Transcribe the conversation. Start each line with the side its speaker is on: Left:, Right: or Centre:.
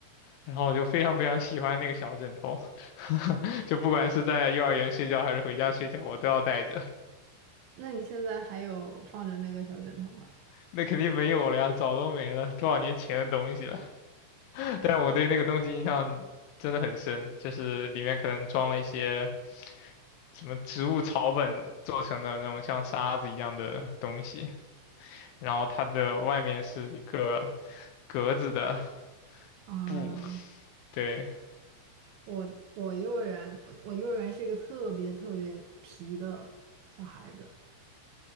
Left: 然后我就非常非常喜欢那个小枕头，<laughs> 就不管是在幼儿园睡觉还是回家睡觉，我都要带着。
Right: 那你现在还有放着那个小枕头吗？
Left: 那肯定没有了呀，早都没了，多少年前的东西了。<laughs> 但我对那个东西印象真的很深，就是里面可能装了一些什么植物草本做成的那种像沙子一样的东西，然后它的外面是一个格子的
Right: 啊，
Left: 布。对，
Right: 我我幼儿园，我我幼儿园是一个特别特别皮的小孩子。